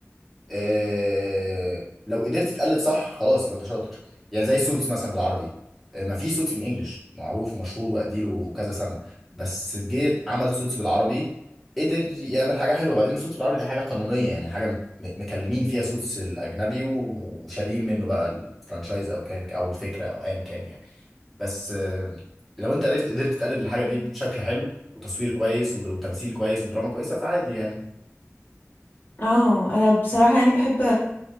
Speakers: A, in the centre; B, on the left.
A: آه، لو قدرت تقلد صح خلاص يبقى انت شاطر يعني زي سوتس مثلا بالعربي آه، ما في سوتس بالانجلش معروف ومشهور واديله كذا سنه بس جيت عمل سوتس بالعربي قدر يعمل حاجه حلوه بعدين سوتس بالعربي ده حاجه قانونيه يعني حاجه مت- م- مكلمين فيها سوتس الاجنبي و- وشاريين منه بقى الفرانشايز او كان او الفكره او ايا كان يعني بس آه، لو انت عرفت قدرت تقلد الحاجه دي بشكل حلو وتصوير كويس وت- وتمثيل كويس ودراما كويسه فعادي يعني
B: اه انا بصراحة يعني بحب